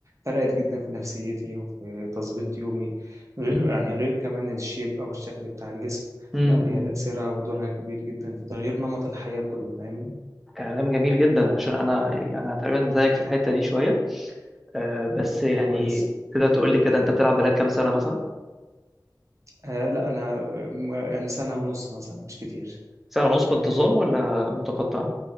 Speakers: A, on the right; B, in the centre.
A: فرقت جدا في نفسيتي وفي تظبيط يومي غير
B: مم.
A: يعني غير كمان الشيب او الشكل بتاع الجسم
B: مم.
A: لا هي
B: مم.
A: تاثيرها ودورها كبير جدا في تغيير نمط الحياه كله فاهمني
B: كلام جميل جدا عشان انا يعني انا تقريبا زيك في الحته دي شويه أه بس يعني
A: طب كويس
B: تقدر تقول لي كده انت بتلعب بقالك كام سنه مثلا
A: آه لا انا آه، يعني سنه ونص مثلا مش كتير
B: سنه ونص بانتظام ولا متقطع